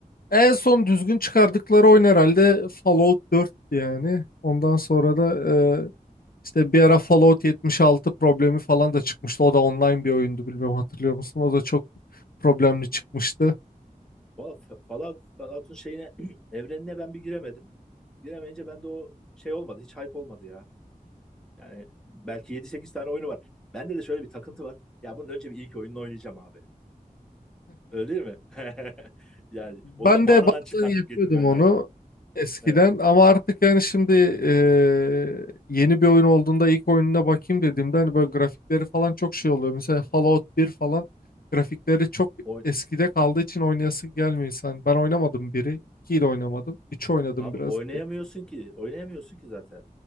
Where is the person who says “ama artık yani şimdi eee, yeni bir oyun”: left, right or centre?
Left